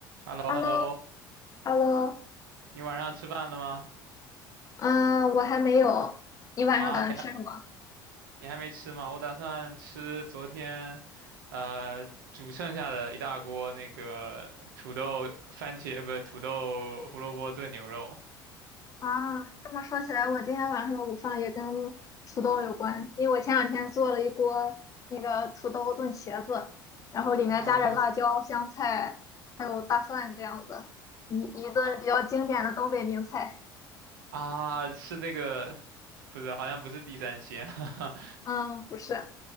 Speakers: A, on the right; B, on the left.
A: h e l l o
B: h e
A: h
B: l
A: e
B: l
A: l
B: o
A: l o
B: h e l l o
A: 你晚上吃饭了吗？
B: 啊，我还没有。你晚上打算吃什么？
A: 啊，你还你还没吃吗？我打算吃昨天，呃，煮剩下的一大锅那个土豆番茄，不是土豆胡萝卜炖牛肉
B: 啊，这么说起来，我今天晚上的午饭也跟土豆有关，因为我前两天做了一锅那个土豆炖茄子，然后里面加点辣椒、
A: 啊
B: 香菜，还有大蒜这样子，一一顿比较经典的东北名菜。
A: 啊啊！是那个不是，好像不是地三鲜，<laughs> 哈哈，
B: 嗯，不是，